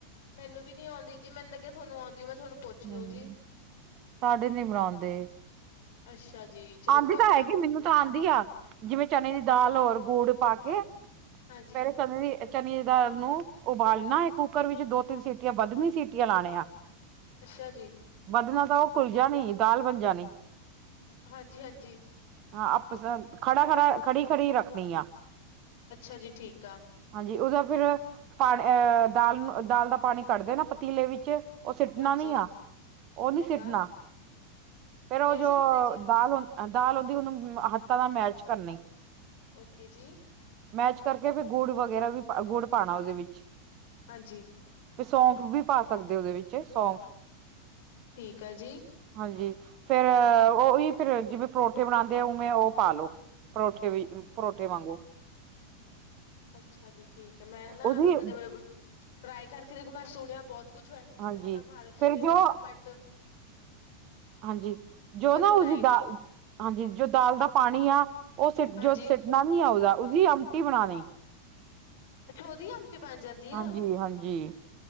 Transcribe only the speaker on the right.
ਹਮ,
ਸਾਡੇ ਨੀ ਬਣਾਉਂਦੇ
ਆਪਦੀ
ਤਾਂ
ਹੈਗੀ, ਮੈਨੂੰ ਤਾਂ ਆਉਂਦੀ ਆ, ਜਿਵੇਂ ਚਨੇ ਦੀ ਦਾਲ ਹੋਰ ਗੁੜ ਪਾ ਕੇ
ਪਹਿਲੇ ਕਦੇ ਵੀ ਅ ਚਣੇ ਦੀ ਦਾਲ ਨੂੰ ਉਬਾਲਣਾ ਹੈ, ਕੁੂੱਕਰ ਵਿੱਚ ਦੋ- ਤਿੰਨ ਸੀਟੀਆਂ ਵੱਧਣੀ ਸੀਟੀਆਂ ਲਾਣੇ ਆ
ਵੱਧਣਾ ਤਾਂ, ਉਹ ਘੁਲ ਜਾਣੀ ਦਾਲ ਬਣ ਜਾਣੀ
ਹਾਂ ਆਪ ਸਬ ਖੜਾ- ਖੜਾ, ਖੜੀ- ਖੜੀ ਰੱਖਣੀ ਆ
ਹਾਂਜੀ, ਉਹਦਾ ਫਿਰ ਅਹ ਦਾਲ ਦਾ ਪਾਣੀ ਕੱਡ ਦੇਨਾ, ਪਤੀਲੇ ਵਿੱਚ ਉਹ ਸਿੱਟਣਾ
ਨਈ ਆ, ਉਹ ਨੀ
ਸਿੱਟਣਾ
ਫੇਰ ਉਹ
ਜੋ
ਦਾਲ ਹ ਦਾਲ ਔ, ਦੀ ਉਹਨੂੰ ਹੱਥਾਂ ਨਾਲ ਮੈਸ਼ ਕਰਨੀ
ਮੈਸ਼ ਕਰਕੇ, ਫਿਰ ਗੁੜ ਵਗੈਰਾ ਵੀ, ਗੁੜ ਪਾਉਣਾ ਉਹਦੇ ਵਿੱਚ
ਸੌਂਫ ਵੀ, ਪਾ ਸਕਦੇ ਉਹਦੇ ਵਿੱਚ ਸੌਂਫ
ਹਾਂਜੀ, ਫੇਰ ਉਹੀ ਫੇਰ ਜਿਵੇਂ, ਪਰੌਠੇ ਬਣਾਉਂਦੇ ਆ, ਉਵੇਂ ਉਹ ਪਾਲੋ ਪਰੌਠੇ ਵਿਚ ਪਰੋਠੇ ਵਾਂਗੂ
ਉਹਦੀ
ਹਾਂਜੀ
ਫੇਰ ਜੋ
ਹਾਂਜੀ, ਜੋ
ਨਾ
ਉਸਦੀ ਦਾਲ,
ਹਾਂਜੀ ਜੋ ਦਾਲ ਦਾ ਪਾਣੀ ਆ, ਉਹ ਸਿਟ
ਜੋ ਸਿਟ ਨਵ ਨਈ ਆਉਂਗਾ, ਉਸਦੀ ਅਵਟੀ ਬਣਾਉਣੀ
ਹਾਂਜੀ
-ਹਾਂਜੀ